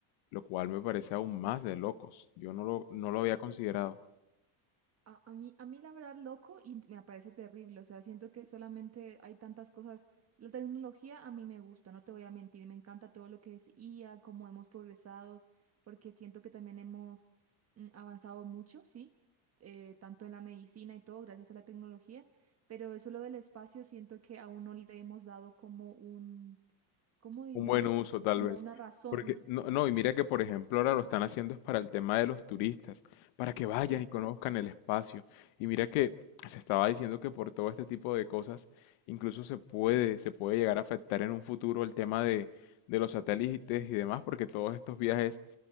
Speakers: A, on the left; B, on the right.
A: lo cual me parece aún más de locos. Yo no lo, no lo había considerado.
B: A, a mí, a mí la verdad loco y me parece terrible, o sea, siento que solamente hay tantas cosas, la tecnología a mí me gusta, no te voy a mentir, me encanta todo lo que es IA, cómo hemos progresado, porque siento que también hemos mm, avanzado mucho, ¿sí? Eh, tanto en la medicina y todo, gracias a la tecnología, pero eso lo del espacio, siento que aún no le hemos dado como un, ¿cómo diríamos?
A: Un buen uso, tal
B: Como
A: vez.
B: una razón,
A: Porque, no, no, y mira que, por ejemplo, ahora lo están haciendo es para el tema de los turistas, para que vayan
B: exacto.
A: y conozcan el espacio. Y mira que se estaba diciendo que por todo este tipo de cosas, incluso se puede, se puede llegar a afectar en un futuro el tema de, de los satélites y demás, porque todos estos viajes